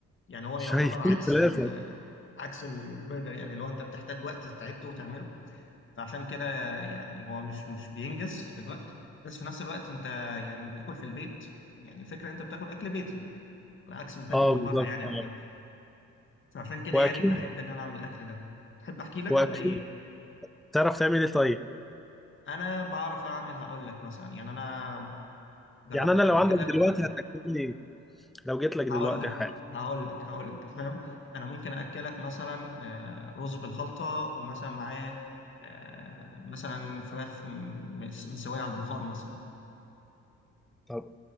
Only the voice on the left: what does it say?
يعني هو
يعتبر عكس
ال- عكس البرجر يعني لو انت بتحتاج وقت تعده وتعمله فعشان كده يعني هو مش مش بينجز في الوقت بس في نفس الوقت انت يعني لما بتاكل في البيت يعني الفكره ان انت بتاكل اكل بيتي عكس ما تاكل
من
بره يعني عن
كده فعشان كده
يعني بحب ان انا اعمل الاكل ده تحب احكي لك
ولا ايه
انا بعرف اعمل هقول لك مثلا يعني انا جربت
قبل
كده
هقول لك
هقول لك هقول لك تمام انا ممكن اكلك مثلا آه، رز بالخلطه ومثلا معاه آه، مثلا فراخ م- مس- مسويه على البخار مثلا